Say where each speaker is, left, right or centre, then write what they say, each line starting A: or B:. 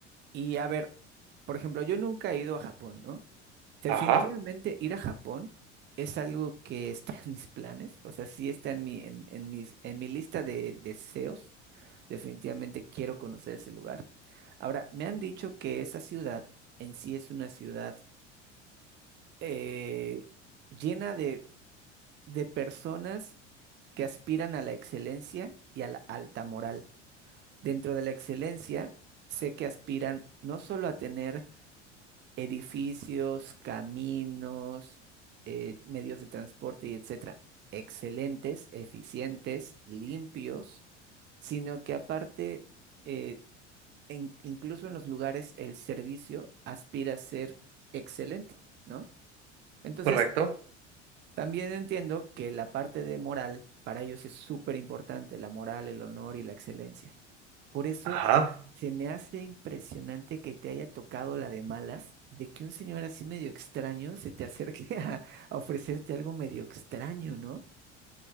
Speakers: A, on the right; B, on the right.
A: y a ver, por ejemplo, yo nunca he ido a Japón, ¿no? Definitivamente
B: Ajá,
A: ir a Japón es algo que está <laughs> en mis planes, o sea, sí está en mi, en, en mis, en mi lista de deseos. Definitivamente quiero conocer ese lugar. Ahora, me han dicho que esa ciudad en sí es una ciudad eh, llena de, de personas que aspiran a la excelencia y a la alta moral. Dentro de la excelencia, sé que aspiran no solo a tener edificios, caminos, eh, medios de transporte y etcétera, excelentes, eficientes, limpios, sino que aparte, eh, en- incluso en los lugares, el servicio aspira a ser excelente, ¿no? Entonces,
B: correcto.
A: también entiendo que la parte de moral para ellos es súper importante, la moral, el honor y la excelencia. Por eso
B: Ajá.
A: se me hace impresionante que te haya tocado la de malas, de que un señor así medio extraño se te acerque <laughs> a, a ofrecerte algo medio extraño, ¿no?